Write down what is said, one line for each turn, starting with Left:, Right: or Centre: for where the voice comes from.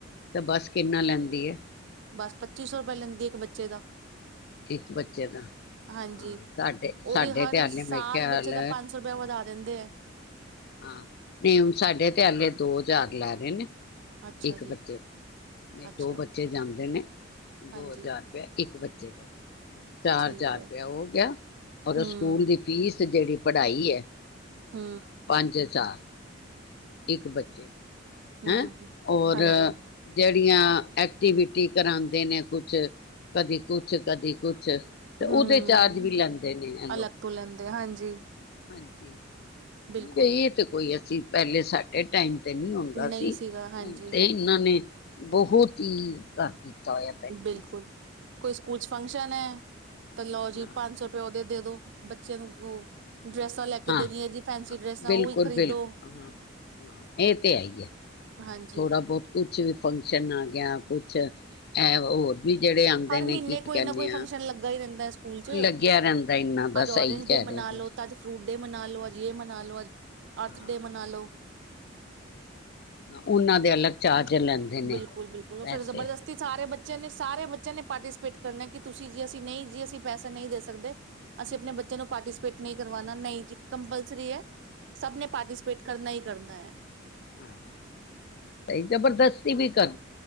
Left: ਤੇ ਬੱਸ ਕਿੰਨਾ ਲੈਂਦੀ ਹੈ
Right: ਬਸ ਪੱਚੀ ਸੌ ਰੁਪਏ ਲੈਂਦੀ ਇੱਕ ਬੱਚੇ ਦਾ
Left: ਇੱਕ ਬੱਚੇ ਦਾ ਹਾਂ
Right: ਹਾਂਜੀ
Left: ਸਾਡੇ
Right: ਉਹ
Left: ਸਾਡੇ
Right: ਵੀ ਹਰ
Left: ਤੇ ਹੇ
Right: ਸਾਲ
Left: ਮੇ ਖਿਆਲ
Right: ਬੱਚੇ ਦਾ ਪੰਜ ਸੌ ਰੁਪਇਆ ਵਧਾ ਦਿੰਦੇ
Left: ਹਾਂ ਨਹੀਂ ਹੁਣ ਸਾਡੇ ਤੇ ਹਲੇ ਦੋ ਹਜ਼ਾਰ ਲੈ ਰਹੇ ਨੇ
Right: ਅੱਛਾ
Left: ਇੱਕ
Right: ਜੀ,
Left: ਬੱਚੇ ਦਾ ਮੇਰੇ
Right: ਅੱਛਾ,
Left: ਦੋ ਬੱਚੇ ਜਾਂਦੇ ਨੇ ਦੋ
Right: ਹਾਂਜੀ,
Left: ਹਜ਼ਾਰ ਰੁਪਇਆ ਇੱਕ ਬੱਚੇ ਜੇਦਾ ਚਾਰ
Right: ਠੀਕ
Left: ਹਜ਼ਾਰ ਰੁਪਇਆ
Right: ਐ,
Left: ਹੋ ਗਿਆ ਔਰ
Right: ਹੂੰ,
Left: ਓਹ ਸਕੂਲ ਦੀ ਫੀਸ ਜਿਹੜੀ ਪੜ੍ਹਾਈ ਏ
Right: ਹੰ
Left: ਪੰਜ ਚਾਰ ਇੱਕ ਬੱਚੇ ਦੀ
Right: ਹੂੰ,
Left: ਹੈਂ, ਔਰ
Right: ਹਾਂਜੀ,
Left: ਜਿਹੜੇ ਯਾ ਐਕਟੀਵਿਟੀ ਕਰਾਦੇ ਨੇ ਕੁਛ ਕਦੀ ਕੁਛ ਕਦੀ ਕੁਛ ਤੇ
Right: ਹੂੰ,
Left: ਉਹਦੇ ਚਾਰਜ ਵੀ ਲੈਂਦੇ ਨੇ ਇਹ ਲੋਕ
Right: ਅਲੱਗ ਤੋਂ ਲੈਂਦੇ ਹਾਂਜੀ।
Left: ਹਾਂਜੀ।
Right: ਬਿਲਕੁਲ
Left: ਬਈ ਇਹ ਤੇ ਕੋਈ ਏ ਅਂਸੀ ਪਹਿਲੇ ਸਾਡੇ ਟਾਈਮ ਤੇ ਨੀ ਹੋਂਦਾ
Right: ਨਹੀਂ
Left: ਸੀ।
Right: ਸੀਗਾ ਹਾਂਜੀ,
Left: ਹੁਣ ਤੇ ਇਹਨਾਂ ਨੇ ਬਹੁਤ ਹੀ ਕਰ ਦਿੱਤਾ। ਤਾਂਇਆ ਪੈਂਤੀਸ
Right: ਬਿਲਕੁਲ ਕੋਈ ਸਕੂਲ ਚ ਫੰਕਸ਼ਨ ਹੈ? ਤੇ ਲਓ ਜੀ
Left: ਹਾਂ
Right: ਪੰਜ ਸੌ ਰੁਪਏ ਓਹਦੇ ਦੇ ਦੋ ਬੱਚੇ ਨੂੰ ਓਹ ਡਰੈਸਾਂ ਲੈਕੇ
Left: ਹਾਂ
Right: ਦੇਣੀਆਂ ਜੀ ਫੈਸੀ ਡਰੈਸਾਂ
Left: ਬਿਲਕੁਲ
Right: ਉਹ ਵੀ ਖਰੀਦੋ,
Left: ਬਿਲਕੁਲ ਹਾਂ ਹਾਂ ਇਹ ਤੇ ਹੈ ਹੀ ਹੈ
Right: ਹਾਂਜੀ।
Left: ਥੋੜ੍ਹਾ ਬਹੁਤ ਕੁਛ ਵੀ ਫੰਕਸ਼ਨ ਆ ਗਿਆ, ਕੁਛ ਇਹ ਹੋਰ ਵੀ ਜਿਹੜੇ ਆਉਂਦੇ
Right: ਹਰ
Left: ਨੇ
Right: ਮੀੱਨੇ
Left: ਕੀ
Right: ਕੋਈ
Left: ਕਹਿੰਦੇ
Right: ਨਾ ਕੋਈ
Left: ਆ
Right: ਫੰਕਸ਼ਨ ਲੱਗਾ ਹੀ ਰਹਿੰਦਾ ਸਕੂਲ ਚ,
Left: ਲੱਗਿਆ ਰਹਿੰਦਾ ਇਹਨਾਂ ਦਾ
Right: ਅੱਜ
Left: ਸਹੀ
Right: ਓਰੇਂਜ
Left: ਕਹਿ
Right: ਡੇ
Left: ਰਹੇ
Right: ਮਨਾ
Left: ਹੋ ਤੁਸੀਂ
Right: ਲਓ ਤਾਂ ਅੱਜ ਫਰੂਟ ਇਹ ਮਨਾ ਲੋ ਆਜ ਯੇ ਮਨਾ ਲੋ ਆਜ
Left: ਹਾਂ
Right: ਅਰਥ ਡੇ ਮਨਾ ਲੋ
Left: ਓਹਨਾਂ ਦੇ ਅਲੱਗ ਚਾਰਜ ਲੈਂਦੇ ਨੇ
Right: ਬਿਲਕੁਲ -ਬਿਲਕੁਲ ਓਹ
Left: ਪੈਸੇ
Right: ਫਿਰ ਜਬਰਦਸਤੀ ਸਾਰੇ ਬੱਚੇ ਬੱਚਿਆਂ ਨੇ ਸਾਰੇ ਬੱਚਿਆਂ ਨੇ ਪਾਰਟੀਸਪੇਟ ਕਰਨਾ, ਕਿ ਤੁਸੀਂ ਜੀ ਅਸੀਂ ਨਹੀਂ ਜੀ ਅਸੀਂ ਪੈਸਾ ਨਹੀਂ ਦੇ ਸਕਦੇ ਅਸੀਂ ਆਪਣੇ ਬੱਚੇ ਬਚੇ ਨੂੰ ਪਾਰਟੀਸਪੇਟ ਨਈ ਕਰ ਕਰਵਾਣਾ ਨਹੀਂ ਜੀ ਕੰਪਲਸਰੀ ਏ। ਸਭ ਨੇ ਪਾਰਟੀਸਪੇਟ ਕਰਨਾ ਈ ਕਰਨਾ ਏ।
Left: ਹ ਸਹੀ ਜਬਰਦਸਤੀ ਵੀ ਕਰ